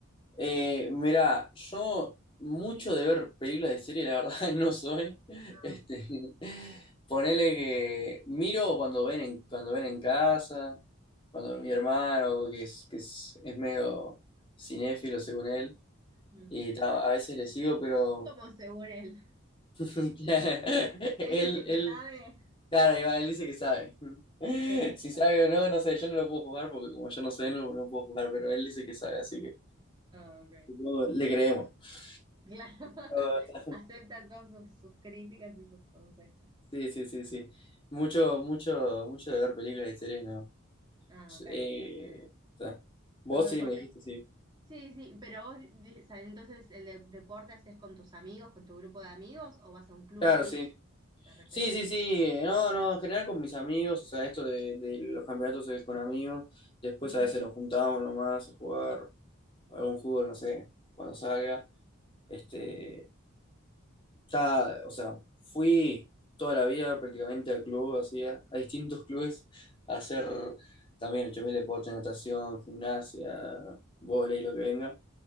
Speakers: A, on the left; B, on the right.
A: Eh, mira, yo mucho de ver películas de serie, la verdad, <laughs> no soy.
B: Ah,
A: Este, ponele que miro cuando ven en, cuando ven en casa, cuando
B: sí.
A: mi hermano, que es, que es, es medio cinéfilo según él,
B: Mm.
A: y ta, a veces le sigo, pero
B: Como según él.
A: <laughs> él,
B: Él dice
A: él,
B: que sabe.
A: claro, ahí va, él dice que sabe. <laughs>
B: Claro.
A: Si sabe o no, no sé, yo no lo puedo jugar porque como yo no sé, no, no puedo jugar, pero él dice que sabe, así que.
B: Ah, ok.
A: No, le creemos. <laughs>
B: Claro. <laughs>
A: No, está-
B: Acepta todas sus, sus críticas y sus consejos.
A: Sí, sí, sí, sí. Mucho, mucho, mucho de ver películas y series, no.
B: Ah, ok.
A: Eh, está. Vos
B: Todo deporte.
A: sí me dijiste, sí.
B: Sí, sí, pero vos, di- o sea, entonces, ¿el de- deporte haces con tus amigos, con tu grupo de amigos, o vas a un club
A: Claro, sí.
B: y de repente...
A: Sí, sí, sí. No, no, en general con mis amigos, o sea, esto de, de los campeonatos es con amigos. Después
B: Ujú.
A: a veces nos juntábamos nomás a jugar algún fútbol, no sé, cuando salga. Este,
B: Ah,
A: Ya, o sea, fui toda la vida prácticamente al club, así, a, a distintos clubes, a hacer también 8.000 deportes, natación, gimnasia, vóley, lo que venga.